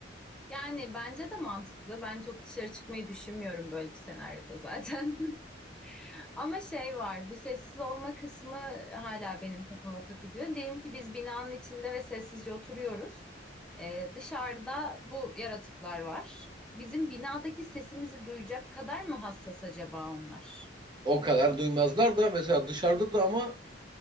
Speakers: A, in the centre; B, on the right.
A: Yani bence de mantıklı. Ben çok dışarı çıkmayı düşünmüyorum böyle bir senaryoda zaten. <laughs> Ama şey var, bu sessiz olma kısmı hala benim kafama takılıyor. Diyelim ki biz binanın içinde ve sessizce oturuyoruz. Ee, dışarıda bu yaratıklar var. Bizim binadaki sesimizi duyacak kadar mı hassas acaba onlar?
B: O kadar duymazlar da mesela dışarıda da ama